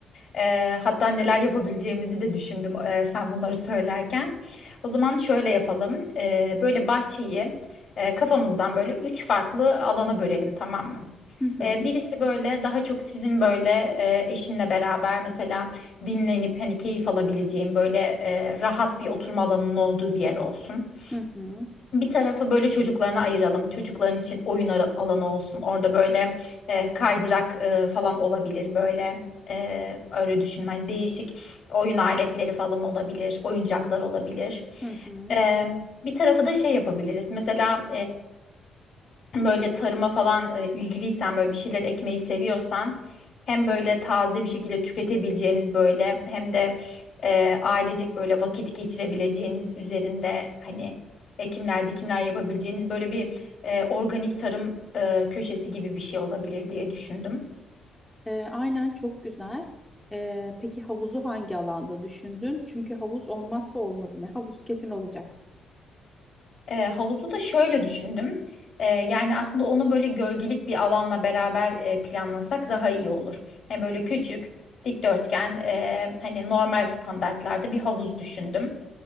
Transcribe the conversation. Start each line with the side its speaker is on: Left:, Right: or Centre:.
Left: Eee, hatta neler yapabileceğimizi de düşündüm eee, sen bunları söylerken. O zaman şöyle yapalım. Eee, böyle bahçeyi eee, kafamızdan böyle üç farklı alana bölelim tamam mı?
Centre: Hı hı.
Left: Eee, birisi böyle daha çok sizin böyle eee, eşinle beraber mesela dinlenip hani keyif alabileceğin böyle eee, rahat bir oturma alanının olduğu bir yer olsun.
Centre: Hı hı.
Left: Bir tarafı böyle çocuklarına ayıralım. Çocukların için oyun ara- alanı olsun. Orada böyle e, kaydırak e, falan olabilir böyle. E, öyle düşünün. Hani değişik oyun aletleri falan olabilir. Oyuncaklar olabilir.
Centre: Hı hı.
Left: E, bir tarafa da şey yapabiliriz. Mesela böyle tarıma falan e, ilgiliysen böyle bir şeyler ekmeyi seviyorsan hem böyle taze bir şekilde tüketebileceğiniz böyle hem de e, ailecek böyle vakit geçirebileceğiniz üzerinde hani ekimler dikimler yapabileceğiniz böyle bir e, organik tarım e, köşesi gibi bir şey olabilir diye düşündüm.
Centre: Ee, aynen çok güzel. Ee, peki havuzu hangi alanda düşündün? Çünkü havuz olmazsa olmazı mı? Havuz kesin olacak.
Left: E, havuzu da şöyle düşündüm. E, yani aslında onu böyle gölgelik bir alanla beraber e, planlasak daha iyi olur. Yani böyle küçük, dikdörtgen, e, hani normal standartlarda bir havuz düşündüm.